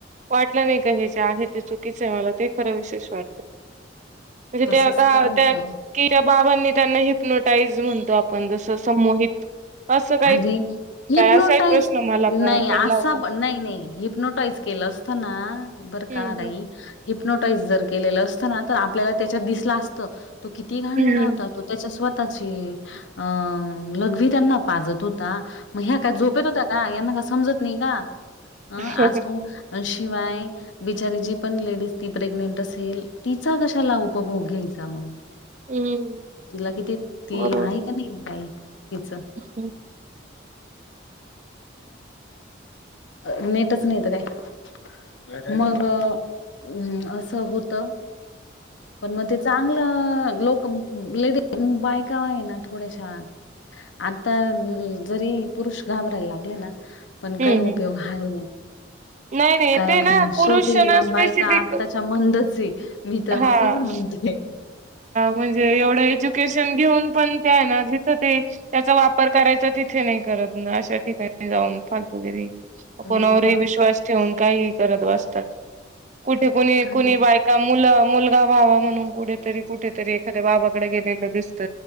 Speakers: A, on the right (about 40°); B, on the left (about 75°).
A: वाटलं नाही का हे आहे ते चुकीच आहे मला ते खरं विशे वा म्हणजे
B: तसंच
A: त्या का
B: तर होतं.
A: त्या कि त्या बाबांनी त्यांना ह हेपनोटाईज म्हणतो आपण जसं समहित असं
B: अरे हिपनोटाईज
A: असाही प्रश्न मला प
B: नाही
A: पडला
B: असा
A: होता
B: नाही नाही हिपनोटाईज केलं असताना ह बर
A: हम्म
B: का आई हिप्नोटाईज जर केलेलं असतं ना तर आपल्याला त्याच्यात दिसलं असत तो किती घाणेरडा
A: हम्म
B: होता तो त्याच्या स्वतःची अ लघवी त्यांना पाजत होता मग ह्या काय झोपेत होत्या का यांना का समजत नाही का अं
A: हम्म
B: आजो शिवाय बिचारी जी पण लेडीज ती प्रेग्नेंट असेल ती चा कशाला उपभोग घ्यायचा मग
A: हम्म
B: तिला किती ती
A: बरोबर
B: आहे का नाही बाई तिच
A: हम्म
B: नेतच नाहीेत काय मगम असं होत पण मग ते चांगलं लोक लेडी म बायका आहे ना थोड्याश आता जरी पुरुष घाबरायला लागले ना पण
A: हम्म
B: काही
A: हम्म
B: उपयोग हय नाही
A: नाही नाही
B: कारण
A: ते ना
B: शेवटी
A: पुरुषना
B: आहे ना
A: स्पेसिफिक
B: बायका आत्ताच्या मंदच आहे मी तर
A: हा
B: असंच म्हणते
A: म्हणजे ुकेशन घेऊन पण जिथ त्याचा वापर करायच तिथे नाही कर अ ठिकाणी जाऊन फ वगैरे
B: मग
A: कोणावरही विश्वास ठेवून काहीही करत बसतात कुठे कुणी
B: काय
A: कुणी बायका मुगावा म्हणून कु कुठेतरी एखाद्या बाकडे गेलेलं दिसत